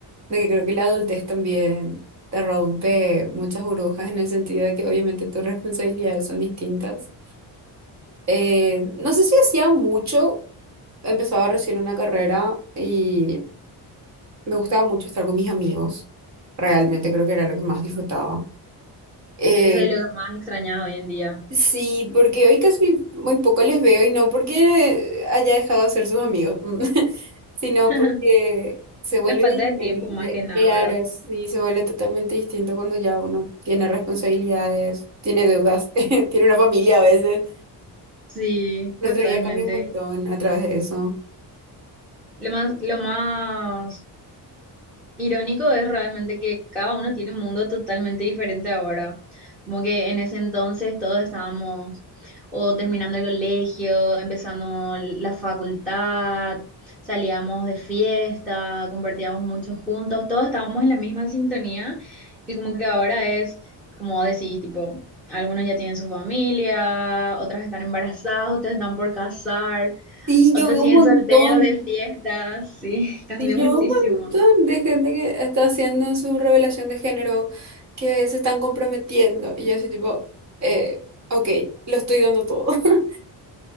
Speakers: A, on the right (about 40°); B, in the centre.
A: de que creo que la adultez también te rompe muchas burbujas en el sentido de que obviamente tus responsabilidades son distintas. Eh, no sé si hacía mucho, empezaba recién una carrera y me gustaba mucho estar con mis amigos. Realmente creo que era lo que más disfrutaba. Eh,
B: Eso es lo que más extrañas hoy en día.
A: Sí, porque hoy casi muy poco les veo y no porque haya dejado de ser sus amigos, <laughs> sino
B: <laughs>
A: porque se vuelve
B: La falta
A: diferente.
B: de tiempo más que nada,
A: Claro,
B: ¿verdad?
A: sí, se vuelve totalmente distinto cuando ya uno tiene responsabilidades, tiene deudas, <laughs> tiene una familia a veces.
B: Sí,
A: Nuestra
B: totalmente.
A: vida cambia un montón a través de eso.
B: Lo más, lo más Irónico es realmente que cada uno tiene un mundo totalmente diferente ahora. Como que en ese entonces todos estábamos o terminando el colegio, empezando la facultad, salíamos de fiesta, compartíamos mucho juntos, todos estábamos en la misma sintonía y como que ahora es, como decís, tipo, algunos ya tienen su familia, otras están embarazadas, otras están por casar,
A: Sí,
B: otros
A: yo veo
B: siguen
A: un montón.
B: solteros de fiesta, sí, <laughs> cambió
A: y yo
B: muchísimo.
A: veo un montón de gente que está haciendo su revelación de género, que se están comprometiendo. Y yo así tipo, eh, ok, lo estoy dando todo. <laughs>